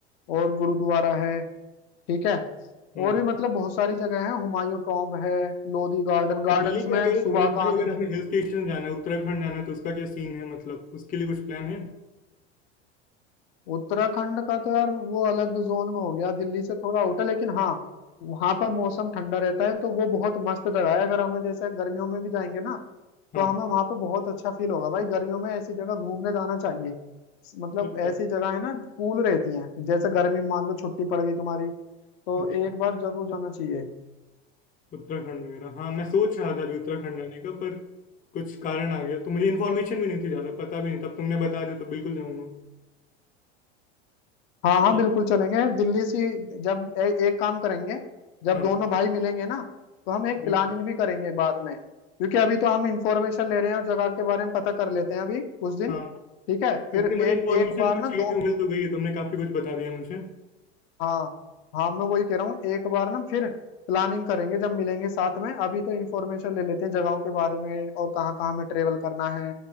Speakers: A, on the left (about 65°); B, on the left (about 25°).
A: और गुरुद्वारा है ठीक है
B: हम्म
A: और भी मतलब बहुत सारी जगह है हुमायूं टॉम्ब है लोधी गार्डन गार्डन्स
B: और दिल्ली
A: में
B: के अगर
A: सुबह
B: खालिद
A: का
B: भाई
A: आनंद
B: अगर हमें
A: है
B: हिल स्टेशन जाना है उत्तराखंड जाना है तो उसका क्या सीन है मतलब उसके लिए कुछ प्लान है
A: उत्तराखंड का तो यार वो अलग जोन में हो गया दिल्ली से थोड़ा आउट है लेकिन हाँ वहां पर मौसम ठंडा रहता है तो वो बहुत मस्त जगह है अगर हमें जैसे गर्मियों में भी जाएंगे ना
B: हाँ
A: तो हमें वहां पर बहुत अच्छा फील होगा भाई गर्मियों में ऐसी जगह घूमने जाना चाहिए मतलब
B: उत्तराखंड
A: ऐसी जगह है ना कूल रहती हैं जैसे गर्मी में मान लो छुट्टी पड़ गई तुम्हारी तो
B: अच्छा
A: एक बार जरूर जाना चाहिए
B: उत्तराखंड वगैरह हाँ मैं सोच रहा था अभी उत्तराखंड जाने का पर कुछ कारण आ गया तो मुझे इन्फॉर्मेशन भी नहीं थी ज़्यादा पता भी नहीं था अब तुमने बता दिया तो बिल्कुल जाऊंगा
A: हाँ हाँ
B: और
A: बिल्कुल चलेंगे दिल्ली से जब ए, एक काम करेंगे जब
B: हाँ
A: दोनों भाई मिलेंगे ना तो हम एक
B: बिल्कुल
A: प्लानिंग भी करेंगे बाद में क्योंकि अभी तो हम इंफॉर्मेशन ले रहे हैं और जगह के बारे में पता कर लेते हैं अभी उस दिन
B: हाँ
A: ठीक है
B: क्योंकि
A: फिर
B: मुझे
A: एक
B: इन्फॉर्मेशन
A: एक बार
B: जो
A: ना
B: चाहिए
A: दो
B: थी वो मिल तो गई है तुमने काफ़ी कुछ बता दिया मुझे
A: हाँ हाँ मैं वही कह रहा हूँ एक बार ना फिर प्लानिंग करेंगे जब मिलेंगे साथ में अभी तो इंफॉर्मेशन ले लेते हैं जगहों के बारे में और कहाँ कहाँ हमें ट्रेवल करना है